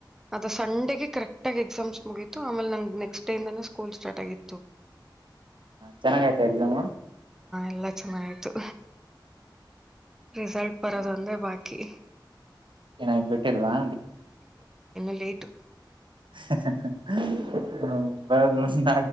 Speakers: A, in the centre; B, on the right.
A: ಅದು ಸಂಡಗೆ ಕರೆಕ್ಟ್ ಆಗ ಎಕ್ಸಾಮ್ಸ್ ಮುಗತು ಆಮೇಲೆ ನಂ ನೆಕ್ಸ್ಟ್ ಡೇಂದ ಸ್ಕೂಲ್ ಸ್ಟಾರ್ಟ್ ಆಗಿ
B: ಚೆನ್ನಾಗ ಆಯ್ತಾ ಎಕ್ಸಾಮ
A: ಎಲ್ಲ ಚೆನ್ನ ಆ್ತು ರಿಸಲ್ಟ್ ಬರೋದ ಅಂದ್ರೆ ಬಾಕಿ
B: ಚೆನಾಗ ಬಿಟ್ಟಿಲ್ವಾ
A: ಪ್ೇಟ್ು
B: ಹ ಹ ಬ ಬಸ್ ನ